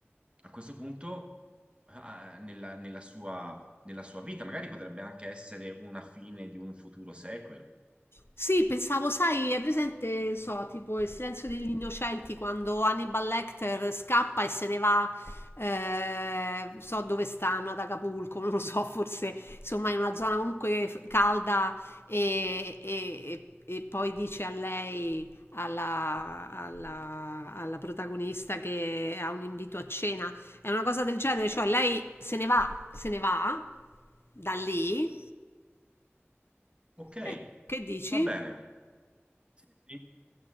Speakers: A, on the right; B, on the left.
A: a questo punto ah, nella, nella sua, nella sua vita, magari potrebbe anche essere una fine di un futuro sequel.
B: Sì, pensavo, sai, è presente, non so, tipo il silenzio degli innocenti quando Hannibal Lecter scappa e se ne va, eh, so dove stanno, ad Acapulco, non lo so, forse insomma in una zona comunque f- calda e, e- e- e poi dice a lei, alla, alla alla protagonista che ha un invito a cena. È una cosa del genere, cioè lei se ne va, se ne va da lì.
A: Ok,
B: Eh, Che dici?
A: va bene. Sì, sì.